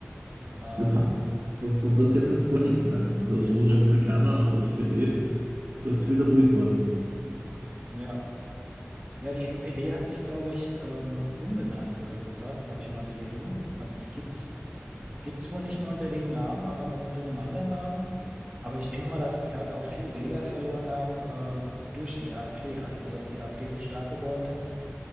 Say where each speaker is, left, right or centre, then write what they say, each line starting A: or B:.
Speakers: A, on the right; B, on the right.
A: Ähm,
B: Ja, von, von dort hört man jetzt gar nichts mehr. Also sowohl Republikaner als auch NPD, da ist es wieder ruhig geworden.
A: ja. Ja, die NPD hat sich, glaube ich, ähm, umbenannt oder sowas, habe ich mal gelesen. Also die gibt's, gibt's wohl nicht mehr unter dem Namen, aber noch unter einem anderen Namen. Aber ich denke mal, dass die halt auch viel Wähler verloren haben, ähm, durch die AfD halt, ne? Dass die AfD so stark geworden ist,